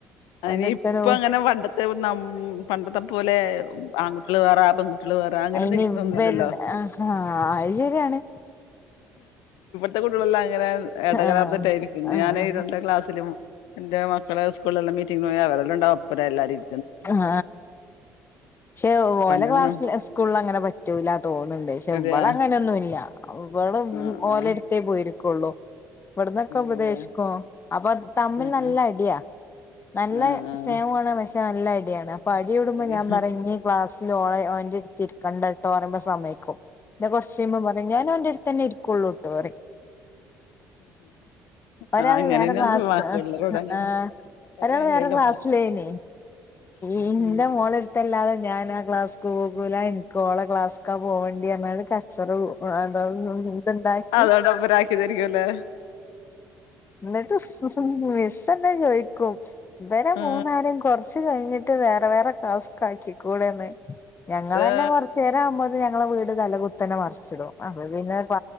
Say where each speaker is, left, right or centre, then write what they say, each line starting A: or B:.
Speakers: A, on the left (about 75°); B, on the left (about 30°).
A: അനി
B: ഓലടുത്തന്നെ
A: ഇപ്പ
B: പോ
A: അങ്ങനെ പണ്ടത്തെ ന പണ്ടത്തെ പോലെ ലെ അഹ് പെൺകുട്ടികളെ വേറെ ആൺകുട്
B: അയിന് ഇവര് ആഹ് അത് ശരിയാണ്
A: ഇത്തെ കുട്ടികളെല്ലാം അങ്ങനെ ഇടകലാർന്നട്ടായിരിക്കുന്നു
B: ആഹ് ആഹ്
A: ഞാൻ രണ്ട ക്ലാസിലും എന്റെ മക്കളെ സ്കൂളെല്ലാം മീറ്റിംഗ പോ അവരെല്ലാംണ്ടാവുംപ്പം എല്ലാരുംും
B: ആഹ പക്ഷേ
A: പണ്ടൊന്നും
B: ഓല ക്ലാസ്ൽ സ്കൂളിൽ അങ്ങനെ പറ്റൂല തോന്നുന്നുണ്ട് പക്ഷെ
A: അതെയാ
B: ഇവള അങ്ങന ഒന്നും അല്ല അവള്
A: ആഹ്
B: ഓലെടുത്തേ
A: ആഹ്
B: പോയിരും കൊള്ളൂ ഇവിടന്നൊക്കെ ഉപദേശിക്കോ
A: അതെയാ
B: അപ്പൊ തമ്മിൽ
A: ആഹ്
B: നല്ല
A: ആഹ്
B: അടിയാ നല്ല
A: ആഹ് ആഹ്
B: സ്നേഹമാണ് പക്ഷെ നല്ല അടിയാണ് അപ്പൊ അടി ഇടുമ്പോ
A: അതെ
B: ഞാൻ പറ ക്ലാസ്സൽ ഓടെ ഓന്റെടുത്തിരിക്കണ്ട കേട്ടോ പറയുമ്പോ സമയ്ക്കും പിന്നെ കുറച്ചു കഴിയുമ്പോൾ പറയും ഞാൻ ഓന്റടുത്ത് ഇരിക്കും കൊള്ളോട്ട വരെ ഒരാള്
A: ആ അങ്ങനെന്നെന്ന്
B: വേറെ ക്ലാസ്
A: പിള്ളേരോട് അങ്ങനെ
B: ആ
A: പറയാൻ
B: ഒരാൾ
A: കഴിയില്ല
B: വേറെ ക്ലാസ്സിലേന
A: ഉം
B: ഇന്റെ മോള എടു അല്ലാതെ ഞാൻ ആ ക്ലാസ് പോകൂല എനിിക്കോളെ ക്ലാസ്ാ പോകേണ്ടി ക അതോ ഇത്ണ്ടാക്കി
A: അതോണ്ട് അവരാക്കിതരിക്കുല്ലേ
B: എന്നിട്ട് മിസ്സ് എന്നെ ചോദിക്കും ഇവരെ
A: ആ
B: മൂന്നരം കുറച്ച് കഴിഞ്ഞി ് വേറെ വേറെ കാക്കിക്കൂടെന്ന് ഞങ്ങള്
A: ആ
B: തന്നെ കുറച്ചുനേരം ആവുമ്പോ നിങ്ങളെ വീട് തലകുത്തനെ മറിച്ചിടും അപ്പ പിന്നെ പ